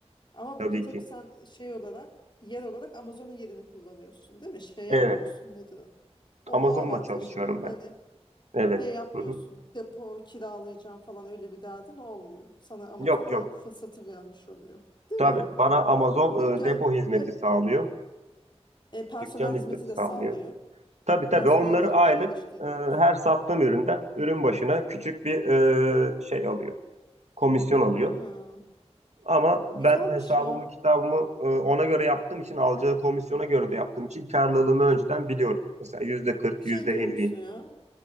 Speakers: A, on the left (about 45°); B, on the right (about 85°).
A: Ama
B: Tabii
A: bu da tabii
B: ki.
A: sen şey olarak yer olarak Amazon'un yerini kullanıyorsun değil mi? Şey yapmıyorsun
B: Evet.
A: nedir o? O,
B: Amazon'la
A: o avantajın
B: çalışıyorum
A: var.
B: ben.
A: Hani
B: Evet.
A: şey yapmıyorsun
B: Hı hı.
A: depo kiralayacağım falan öyle bir derdin olmuyor. Sana Amazon
B: Yok
A: o
B: yok.
A: fırsatı vermiş oluyor. Değil
B: Tabii
A: mi?
B: bana Amazon
A: Dükkan
B: e, depo hizmeti
A: ve
B: sağlıyor.
A: e, personel
B: Dükkan hizmeti
A: hizmeti de
B: sağlıyor.
A: sağlıyor.
B: Tabii tabii
A: Personel
B: onları
A: de
B: aylık
A: çalıştırmıyoruz.
B: e, her sattığım üründen ürün başına küçük bir e, şey alıyor. Komisyon alıyor.
A: Ha,
B: Ama ben
A: güzelmiş
B: hesabımı
A: ya.
B: kitabımı e, ona göre yaptığım için alacağı komisyona göre de yaptığım için karlılığımı önceden biliyorum. Mesela yüzde 40,
A: Şey
B: yüzde
A: diyor
B: 50
A: musun ya?